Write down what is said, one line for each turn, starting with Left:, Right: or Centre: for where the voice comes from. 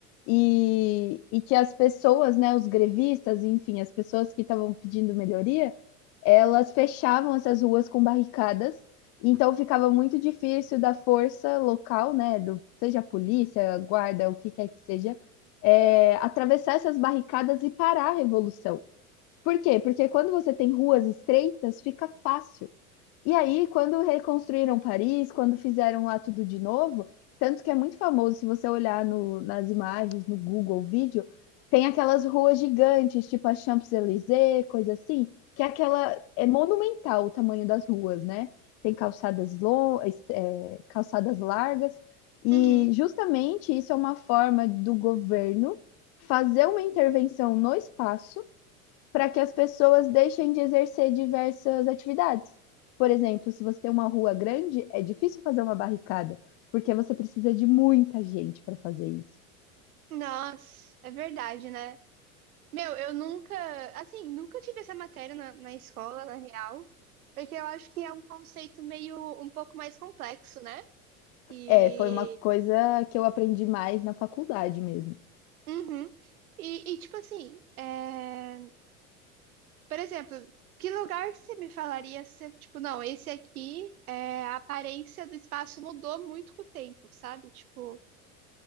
Left: e, e que as pessoas, né, os grevistas, enfim, as pessoas que estavam pedindo melhoria, elas fechavam essas ruas com barricadas então ficava muito difícil da força local, né, do, seja a polícia, guarda, o que quer que seja, é, atravessar essas barricadas e parar a revolução. Por quê? Porque quando você tem ruas estreitas, fica fácil e aí, quando reconstruíram Paris, quando fizeram lá tudo de novo, tanto que é muito famoso, se você olhar no, nas imagens, no Google Vídeo, tem aquelas ruas gigantes, tipo a Champs-Élysées, coisa assim, que é aquela. É monumental o tamanho das ruas, né? Tem calçadas, long, é, calçadas largas. E
Right: uhum.
Left: justamente isso é uma forma do governo fazer uma intervenção no espaço para que as pessoas deixem de exercer diversas atividades. Por exemplo, se você tem uma rua grande, é difícil fazer uma barricada, porque você precisa de muita gente para fazer isso.
Right: Nossa, é verdade, né? Meu, eu nunca, assim, nunca tive essa matéria na, na escola, na real, porque eu acho que é um conceito meio, um pouco mais complexo, né? E.
Left: É, foi uma coisa que eu aprendi mais na faculdade mesmo.
Right: Uhum. E, e, tipo assim, é, por exemplo, que lugar que você me falaria se, tipo, não, esse aqui, é, a aparência do espaço mudou muito com o tempo, sabe? Tipo.